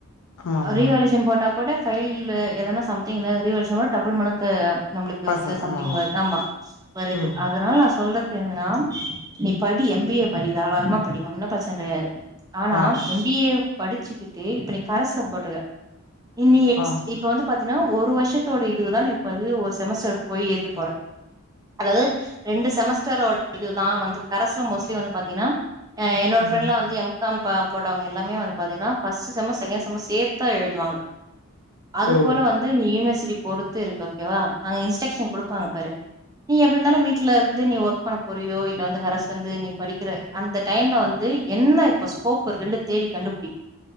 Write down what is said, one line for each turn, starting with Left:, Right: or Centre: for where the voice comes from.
Left: ஆமாமா
Right: ரீவேல்யூஷன் போட்டா கூட பைல் எதன சம் திங் ரீவேல்யூசன் போ டபுள் மனக்கு நம்மளுக்கு
Left: பாசா
Right: வந்து சம்திங்
Left: ஆமாமா
Right: வரு ஆமா வருது
Left: ம்
Right: அதனால நா சொல்ற என்னனா நீ படி எம் பி ஏ படி தாராளமா படி ஒன்னு பிரச்சனை கெடையாது ஆனா
Left: ஆ
Right: எ பி ஏ படிச்சுக்கிட்டு இப்ப நீ கரஸ்ல போட்டிருக்க இன்னி எக்ஸ்ட்
Left: ஆ
Right: இப்ப வந்து பாத் தினா ஒரு வருஷத்தோட இதுதான இப்பது ஒரு செமஸ்டரு போய் ஏழுது போற அதாவது ரெண்டு செமஸ்டர் ஓ இதுதா வந்து கரஸ்ல மோஸ்ட்லி வந்து பாத்தீங்கன்னா ஆ என்னோட
Left: ம்
Right: ப்ரெண்ட்லா வந்து எம் காம் போட்டவங்க எல்லாமே வந்து பாத்தீங்கன்னா ஃபஸ்ட்டு செம் செகண்ட் செம் சேத்தா எழுதுவாங்க அது
Left: ஓ
Right: போல வந்து நீ யூனிவர்சிட்டி பொறத்து இருக்கு ஓகேவா அங்க இன்ஸ்ட்ரக்ஷன் குடுப்பாங்க பாரு நீ எப்பிர்ந்தாலு வீட்லர்ந்து நீ ஒர்க் பண்ண போறியோ இல்ல வந்து கரஸ்லந்து நீ படிக்கிற அந்த டைம்ல வந்து என்ன இப்ப ஸ்கோப் இருக்குன்டு தேடி கண்டுபிடி